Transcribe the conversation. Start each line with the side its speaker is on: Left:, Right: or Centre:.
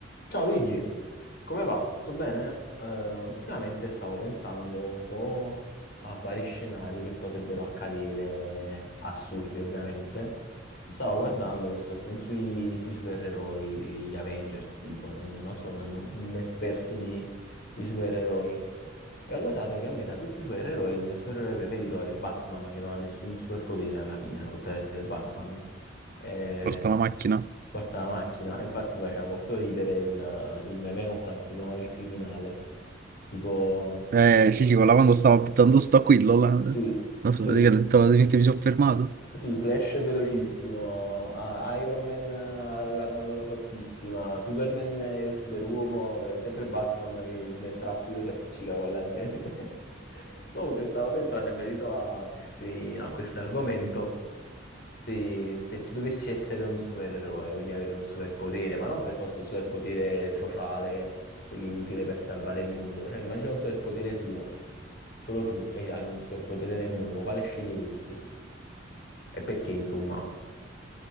Left: Ciao Luigi, come va? Tutto bene? Eh, ultimamente stavo pensando un po' a vari scenari che potrebbero accadere, assurdi ovviamente, e stavo guardando questo film sui, sui supereroi, gli Avengers, tipo, non, non sono un, un esperto di, di supereroi, e ho notato che a me tra tutti i supereroi il mio supereroe preferito è Batman, che non ha nessun superpotere alla fine, oltre ad essere Batman. Eh,
Right: porta la macchina.
Left: porta la macchina. Infatti mi faceva molto ridere il, il meme con Franchino, il criminale. Tipo,
Right: Eh,
Left: eh,
Right: sì, sì, quella quando stavo buttando sto aquillo, là, non
Left: sì,
Right: so,
Left: sì,
Right: praticamente la che mi sono fermato.
Left: S- Sì, Flash è velocissimo, a- Iron Man ha l'armatura fortissima, Superman è il superuomo, è sempre Batman che nel traffico si appiccica con la gente. <laughs> Comunque stavo pensando in merito a questi, a questo argomento, se, se tu dovessi essere un supereroe, quindi avere un superpotere, ma non per forza un superpotere sociale, quindi utile per salvare il mondo, cioè immagina un superpotere tuo, solo tu, e hai un superpotere nel mondo, quale sceglieresti? E perché, insomma?